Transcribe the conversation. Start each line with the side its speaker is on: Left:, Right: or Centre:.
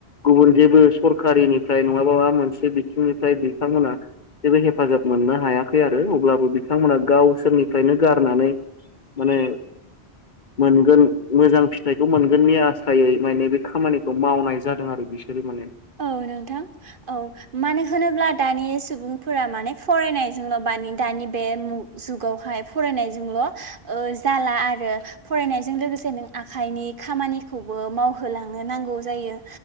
Left: गुबुन जेबो सरकारिनिफ्राय माबा मोनसे बिथिंनिफ्राय बिथांमोना जेबो हेफाजाब मोननो हायाखै आरो अब्लाबो बिथांमोना गावसोरनिफ्रायनो गारनानै माने मोनगोन मोजां फिथाइखौ मोनगोननि आसायै माने बे खामानिखौ मावनाय जादों आरो बिसोरो माने
Right: औ नोंथां औ मानो होनोब्ला दानि सुबुं फोरा माने फरायनायजोंल' बानि दानि बे जुगावहाय फरायनायजोंल' ओ जाला आरो फरायनायजों लोगोसे नों आखाइनि खामानिखौबो मावहोलांनो नांगौ जायो